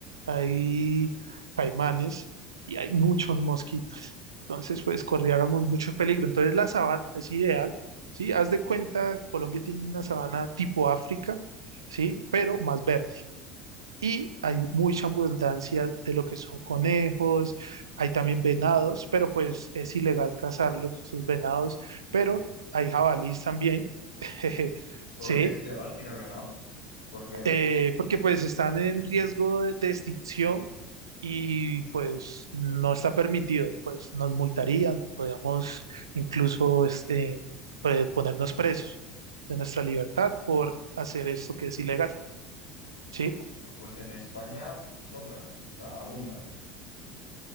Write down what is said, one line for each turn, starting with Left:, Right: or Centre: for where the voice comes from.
Right: hay caimanes y hay muchos mosquitos. Entonces, pues corriéramos mucho peligro. Entonces, la sabana es ideal, ¿sí? Haz de cuenta, Colombia tiene una sabana tipo África, ¿sí? Pero más verde y hay mucha abundancia de lo que son conejos, hay también venados, pero pues es ilegal cazarlos, esos venados, pero hay jabalís también, <laughs> jeje,
Left: ¿Por
Right: sí,
Left: qué es ilegal tirar venados? ¿Por qué?
Right: eh, porque pues están en riesgo de, de extinción y pues no está permitido, pues nos multarían, podríamos incluso es- eh, pues, ponernos presos de nuestra libertad por hacer esto que es ilegal, sí.
Left: Pues en España sobran, o sea, abundan.